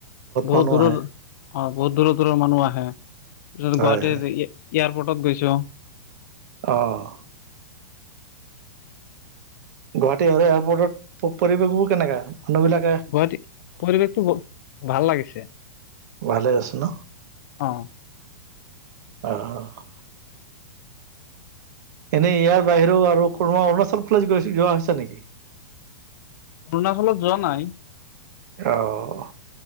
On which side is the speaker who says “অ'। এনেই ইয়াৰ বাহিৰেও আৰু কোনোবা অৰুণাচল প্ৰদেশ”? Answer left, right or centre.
Right